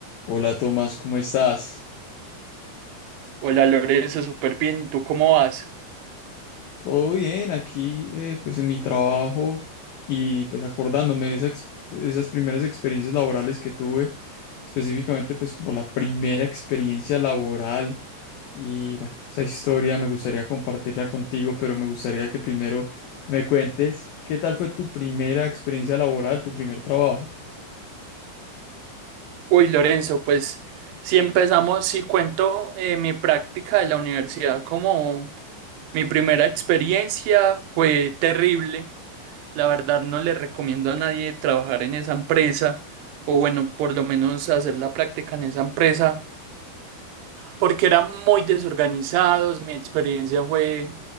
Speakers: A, on the left; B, on the right.
A: Hola Tomás, ¿cómo estás?
B: Hola Lorenzo, súper bien. ¿Y tú cómo vas?
A: Todo bien, aquí eh, pues en mi trabajo y pues acordándome de esa ex- esas primeras experiencias laborales que tuve, específicamente pues como la primera experiencia laboral y bueno, esa historia me gustaría compartirla contigo, pero me gustaría que primero me cuentes qué tal fue tu primera experiencia laboral, tu primer trabajo.
B: Uy, Lorenzo, pues si empezamos, si cuento eh, mi práctica de la universidad como mi primera experiencia fue terrible. La verdad no le recomiendo a nadie trabajar en esa empresa o bueno, por lo menos hacer la práctica en esa empresa porque eran muy desorganizados, mi experiencia fue